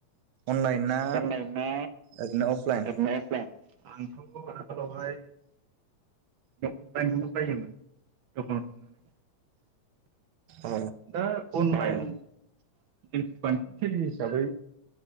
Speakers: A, on the right; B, on the right.
A: अनलाइन ना
B: अनलाइन ना
A: ओरैनो अफलाइन
B: ओरैनो अफलाइन? आंथ' आगोलावहाय ओरैनो अफलाइनखौनो बायोमोन दखानाव थांनानै।
A: अ
B: दा अनलाइन जों बांसिन हिसाबै